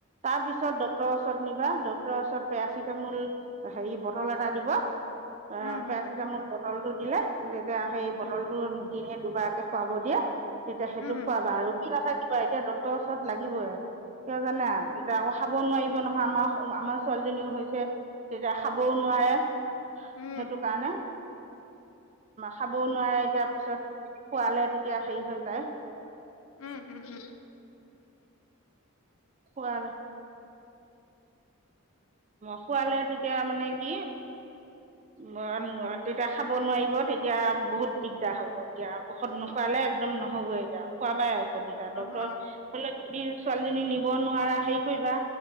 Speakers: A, on the right; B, on the left.
A: তাৰপিছত ডক্টৰৰ ওচৰত নিবা ওচত পেৰাচিটামল হেৰি বটল এটা দিব এ
B: উম
A: পেৰাচিটামল ব বটল টো দিলে তেতিয়া সেই বটল
B: উম
A: টো দিনে দুবাৰকে খুৱাব দিয়ে তেতিয়া সেইটো
B: উম
A: খোৱাবা আৰু ৰখি নাথাকিবা এতিয়া ডক্ৰৰ ওচৰত লাগিবই আৰু। কিয় জানে এতিয়া আকৌ খাব নোৱাৰিব নহয় আমাৰ - আমাৰ ছোৱালীজনীও হৈছে। তেতিয়া খাবও নোৱাৰে সেইটো
B: উম
A: কাৰণে খাবও নোৱাৰে এতিয়া পিছত খোৱালে তেতিয়া হেৰি হৈ যায়
B: উম উম উ
A: খোৱালে। খোৱালে তেতিয়া মানে কি তেতিয়া খাব নোৱাৰিব তেতিয়া বহুত দিগদাৰ হ'ব এতিয়া ঔষধ নোখোৱালে একদম নহ'ব এতিয়া খোৱা বাই ঔষধ কেইটা
B: অ
A: ডক্টৰ
B: অ
A: ধৰি লও যদি ছোৱালীজনী নিব নোৱাৰা হেৰি কৰিবা